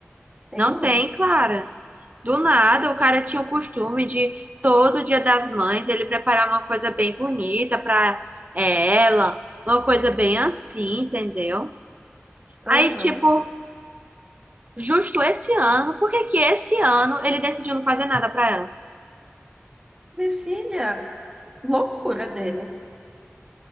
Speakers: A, on the right (about 15°); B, on the right (about 35°).
A: tem
B: Não
A: não.
B: tem, Clara. Do nada, o cara tinha o costume de todo dia das mães ele preparar uma coisa bem bonita pra é, ela, uma coisa bem assim, entendeu? Aí,
A: Aham.
B: tipo, justo esse ano, por que que esse ano ele decidiu não fazer nada pra ela?
A: Minha filha, loucura dele.